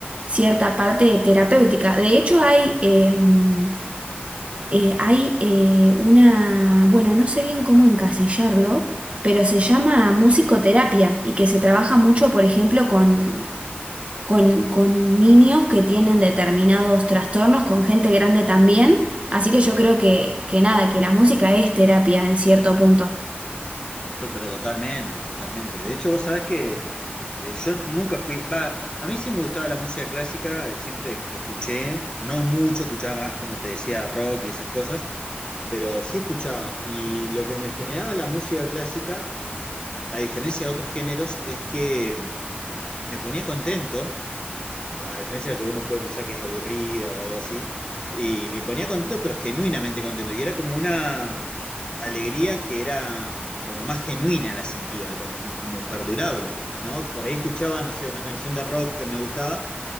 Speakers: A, on the right; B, on the left.
A: cierta parte terapéutica. De hecho, hay, em, eh, hay eh, una, bueno, no sé bien cómo encasillarlo, pero se llama musicoterapia y que se trabaja mucho, por ejemplo, con, con, con niños que tienen determinados trastornos, con gente grande también. Así que yo creo que, que nada, que la música es terapia en cierto punto.
B: To- Pero totalmente, totalmente. De hecho, vos sabés que eh, yo nunca fui, va, a mí sí me gustaba la música clásica, eh, siempre es- escuché, no mucho, escuchaba más, como te decía, rock y esas cosas, pero sí escuchaba. Y lo que me generaba la música clásica, a diferencia de otros géneros, es que me ponía contento a diferencia de lo que uno puede pensar que es aburrida o algo así, y me ponía contento, pero genuinamente contento, y era como una alegría que era mm, como más genuina la sentía como- y como perdurable, ¿no? Por ahí escuchaba, no sé, una canción de rock que me gustaba.